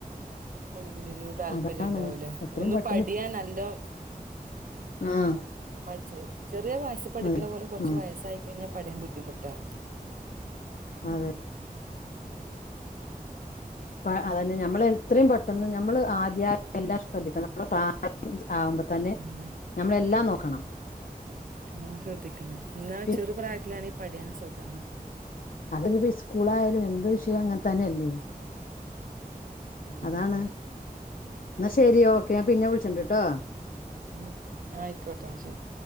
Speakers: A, on the right; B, on the left.
A: ഒന്നിനൊരു താല്പര്യം
B: അതാണ്
A: ഇണ്ടാവൂല
B: എത്രയും
A: ഒന്ന്
B: പെട്ടെന്ന്
A: പഠിയാൻ നല്ലോ
B: ആഹ്
A: പഠിച്ച്. ചെറിയ വയസ്സ്‌ പഠിക്കണ
B: അതെ
A: പോലെ കുറച്ച്
B: ആ
A: വയസ്സായി കഴിഞ്ഞാ പഠിയാൻ ബുദ്ധിമുട് ട്ടാണ്. ഉം
B: അതെ അപ്പ അതന്നെ ഞമ്മള് എത്രയും പെട്ടെന്ന് നമ്മള് ആദ്യ <unintelligible> ശ്രദ്ധിക്കണം <unintelligible> തന്നെ
A: ഉം ഉം
B: ഞമ്മളെല്ലാം നോക്കണം
A: നാം ശ്രദ്ധിക്കണം എന്നാ
B: പി
A: ചെറു പ്രായത്തിലാണെ ഈ പഠിയാനും സുഖാണ്.
B: അതെനിപ്പോ സ്കൂളായാലും എന്ത് വിഷയം അങ്ങൻ തന്നെയല്ലേ
A: ഉം
B: അതാണ് എന്നാ ശരി ഓക്കെ ഞാൻ പിന്ന വിളിച്ചിണ്ട്ട്ടോ
A: ഇല്ല ആയിക്കോട്ടെ ശരി